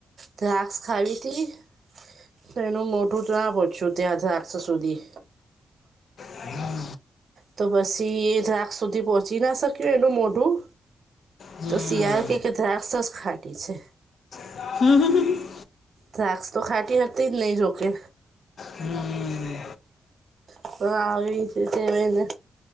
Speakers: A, on the right; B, on the left.
A: દ્રાક્ષ ખાવીતી તો એનું મોઢું ટ્રા પહોંચ્યું ત્યાં દ્રાક્ષ સુધી
B: હમ
A: તો પસી એ દ્રાખ સુધી પહોંચી ના શક્યું એનું મોઢું
B: હમ
A: તો શિયાળ કે કે દ્રાક્ષસ ખાટી છે.
B: હમ હ હ
A: દ્રાક્ષ તો ખાટી હતી જ નહી જોકે
B: હમ
A: હહ આવી છે સેમ એને